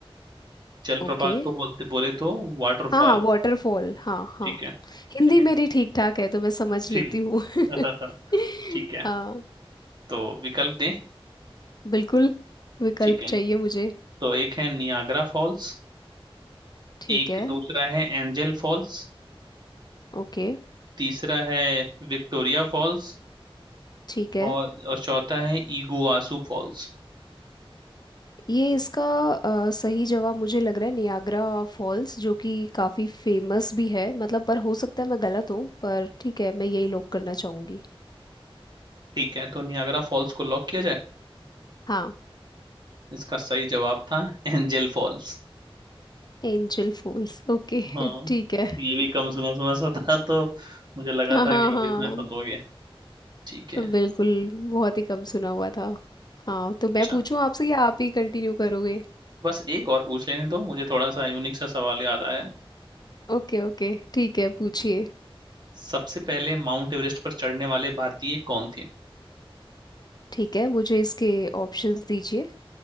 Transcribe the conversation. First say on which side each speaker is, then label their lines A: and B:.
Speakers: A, on the right; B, on the left.
A: जलप्रपात
B: ओके
A: को बोलते बोले तो वाटरफॉल
B: हाँ हाँ वाटरफॉल हाँ हाँ
A: ठीक है
B: हिंदी
A: ठीक है
B: मेरी ठीक ठाक है तो मैं समझ
A: ठीक
B: लेती हूँ <laughs>
A: है <laughs> ठीक है
B: हाँ
A: तो विकल्प दें
B: बिल्कुल विकल्प
A: ठीक है
B: चाहिए मुझे
A: तो एक है नियाग्रा फॉल्स
B: ठीक
A: एक
B: है
A: दूसरा है एंजल फॉल्स
B: ओके
A: तीसरा है विक्टोरिया फॉल्स
B: ठीक है
A: और और चौथा है इगुआसू फॉल्स
B: ये इसका अ, सही जवाब मुझे लग रहा है नियाग्रा फॉल्स जो कि काफ़ी फेमस भी है मतलब पर हो सकता है मैं गलत हूँ पर ठीक है मैं यही लॉक करना चाहूँगी
A: ठीक है तो नियाग्रा फॉल्स को लॉक किया जाए
B: हाँ,
A: इसका सही जवाब था एंजल फॉल्स
B: एंजल फूल्स ओके
A: हाँ
B: <laughs> ठीक है
A: ये भी कम सुना सुना सा था तो मुझे लगा
B: हाँ
A: था
B: हाँ
A: कि आप
B: हाँ
A: इसमें फंसोगे ठीक है
B: बिल्कुल बहुत ही कम सुना हुआ था हाँ तो मैं
A: अच्छा
B: पूछूं आपसे या आप ही कंटिन्यू करोगे
A: बस एक और पूछ लेने दो मुझे थोड़ा सा यूनिक सा सवाल याद आया है।
B: ओके ओके ठीक है पूछिए
A: सबसे पहले माउंट एवरेस्ट पर चढ़ने वाले भारतीय कौन थे
B: ठीक है मुझे इसके ऑप्शंस दीजिए